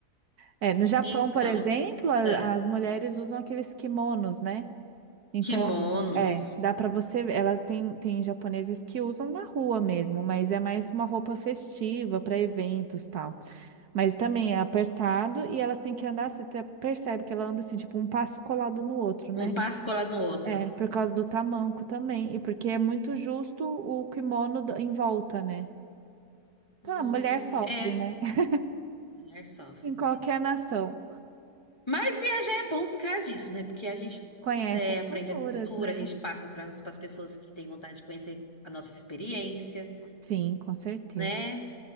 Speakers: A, on the right; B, on the left.
A: É, no Japão,
B: Então,
A: por exemplo, a-
B: ah,
A: as mulheres usam aqueles kimonos, né? Então
B: kimonos.
A: É, dá pra você Elas têm, têm japonesas que usam na rua mesmo, mas é mais uma roupa festiva para eventos tal. Mas também é apertado e elas têm que andar, você te- percebe que ela anda assim, tipo um passo colado no outro, né?
B: Um passo colado no outro.
A: É, por causa do tamanco também e porque é muito justo o kimono do- em volta, né? Tá,
B: Hum,
A: a mulher sofre,
B: é.
A: né? <laughs>
B: Mulher só, feminina.
A: Em qualquer nação.
B: Mas viajar é bom por causa disso, né? Porque a gente
A: Conhece
B: é,
A: as
B: aprende
A: culturas,
B: a cultura,
A: né?
B: a gente passa para as pessoas que têm vontade de conhecer a nossa experiência,
A: Sim, com certeza.
B: né?